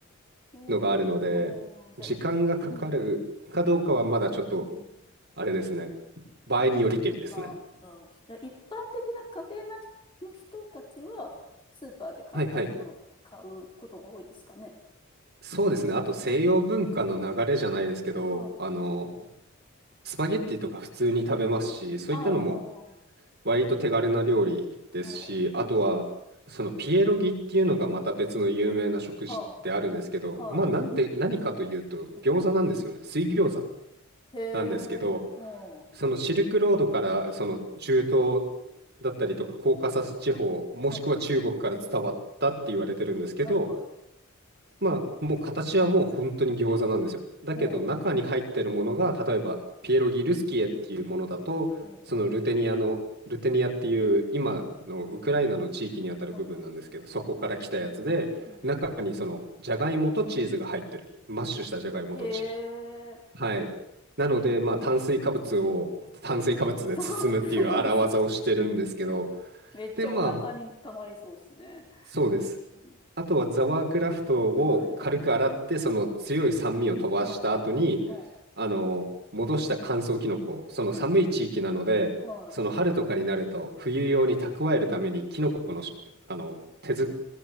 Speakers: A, on the left; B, on the right.
A: ええああ、
B: のがあるので、
A: じゃあ、
B: 時間がかかるかどうかはまだちょっと
A: い、うん。うん。うん。
B: あれですね。場合によりけりですね。
A: まあ、あ一般的な家庭な人の人たちは、スーパーで簡単なものを買うことが多いですかね。
B: はいはい。そうですね。あと西洋文化の流れじゃないですけど、
A: うん。はい。
B: あの、スパゲッティとか普通に食べますし、
A: うん。
B: そういったのも
A: ああ、
B: 割と手軽な料理ですし、
A: なるほど。
B: あとは、
A: うん。
B: そのピエロギっていうのがまた別の有名な食事であるんですけど、
A: は、はい。
B: まあなんて、何かというと餃子なんですよね。
A: うん。
B: 水餃子
A: へえ、
B: なんですけど、
A: うんうん。
B: そのシルクロードからその中東だったりとかコーカサス地方、もしくは中国から伝わったって言われてるんですけど、
A: はい。はい、はい。
B: まあ、もう形はもう本当に餃子なんですよ。だけど中に入ってるものが、
A: うん。う
B: 例えばピエロギルスキエっていうものだと、
A: ん。うん
B: そのルテニアの、ルテニアっていう今のウクライナの地域にあたる部分なんですけど、
A: はい、はい。
B: そこから来たやつで、
A: はい。うん。
B: 中にそのジャガイモとチーズが入ってる。マッシュしたジャガイモとチーズ。
A: へえ、
B: はい。なので、まあ、炭水化物を炭水化物で包むっていう荒技をしてるんですけど、
A: そう、そうですね。めっちゃお腹に溜まりそうですね。
B: で、まあ、そうです。
A: うん。
B: あとはザワークラフトを軽く洗って、
A: はい。
B: その強い酸味を飛ばした後に、
A: はい、はい。うん
B: あの、戻した乾燥キノコ、その寒い地域なので、
A: はあは
B: その春とかになると冬用に蓄えるためにキノコのし、
A: い。うん
B: あの、
A: う
B: 手づ、